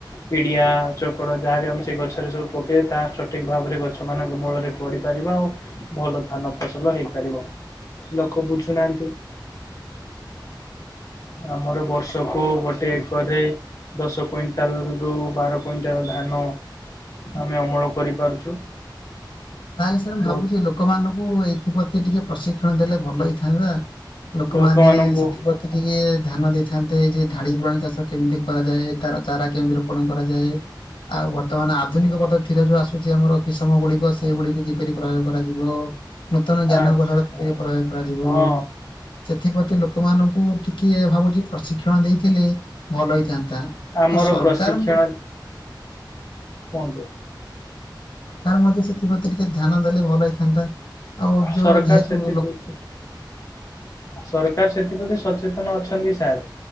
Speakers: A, on the left (about 45°); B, on the left (about 80°).
A: ପିଡ଼ିଆ ଚକଡା ଯାହାବି ଆମେ ସେଇ ଗଛରେ ସବୁ ପକେବା ତାହା ସଠିକ୍ ଭାବରେ ଗଛ ମାନଙ୍କ ମୂଳରେ ପଡ଼ିପାରିବ ଆଉ ଭଲ ଧାନ ଫସଲ ହେଇପାରିବ। ଲୋକ ବୁଝୁନାହାନ୍ତି। ଆମର ବର୍ଷକୁ
B: ହଁ ସାର୍।
A: ଗୋଟେ କରେ ଦଶ କୁଇଣ୍ଟାଲ ରରୁ ବାର କୁଇଣ୍ଟାଲ ଧାନ ଆମେ ଅମଳ କରିପାରୁଛୁ।
B: ତାହେଲେ ସାର୍ ମୁ ଭାବୁଛି
A: ବହୁତ
B: ଲୋକମାନଙ୍କୁ ଏଥିପ୍ରତି ଟିକେ ପ୍ରଶିକ୍ଷଣ ଦେଲେ ଭଲ ହେଇ ନ୍ତା ଲୋକମାନେ
A: ଲୋକମାନଙ୍କୁ
B: ସେଥିପ୍ର ଟିକେ ଧ୍ୟାନ ଦେଇଥାନ୍ତେ ଯେ ଧାଡି ପ୍ରଣାଳୀ ଚାଷ କେମିତି କରାଯାଏ ତାର ଚାରା କେମିତି ରୋପଣ କରାଯାଏ। ଆଉ ବର୍ତ୍ତମାନ ଆଧୁନିକ ପଦତୀରେ ଯୋଉ ଆସୁଛି ଆମର କିସମ ଗୁଡିକ ସେଗୁଡିକ କିପରି ପ୍ରୟୋଗ କରାଯିବ ନୂତନ ଜ୍ଞାନ
A: ଆଚ୍ଛା
B: କୌଶଳ କିପରି ପ୍ରୟୋଗ କରାଯିବ।
A: ହଁ
B: ସେଥିପ୍ରତି ଲୋକମାନଙ୍କୁ ଟିକେ ଭାବୁଛି ପ୍ରଶିକ୍ଷଣ ଦେଇଥିଲେ ଭଲ ହେଇଥାନ୍ତା
A: ଆମର
B: ଆଉ ସରକାର
A: ପ୍ରଶିକ୍ଷଣ କୁହନ୍ତୁ।
B: ସରକାର ମଧ୍ୟ ସେଥିପ୍ରତି ଟିକେ ଧ୍ୟାନ ଦେଲେ ଭଲ ହେଇଥାନ୍ତା ଆଉ ଯୋଉ
A: ସରକାର
B: ଯେହେତୁ।
A: ସେଥିପ୍ରତି ସରକାର ସେଥିପ୍ରତି ସଚେତନ ଅଛନ୍ତି ସାର୍।